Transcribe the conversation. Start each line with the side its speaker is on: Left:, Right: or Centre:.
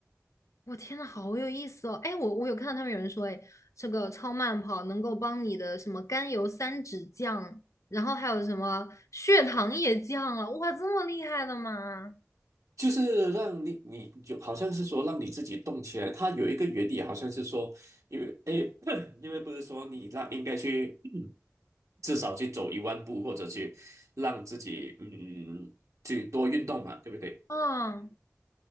Left: 我天呐，好有意思哦！哎，我我有看到他们有人说，哎，这个超慢跑能够帮你的什么甘油三酯降，然后还有什么血糖也降了，哇，这么厉害的吗？
Right: 就是让你，你就好像是说让你自己动起来。它有一个原理，好像是说，因为诶，<coughs> <clears throat> 因为不是说你让应该去，嗯至少去走一万步，或者去让自己嗯去多运动嘛，对不对？
Left: 啊，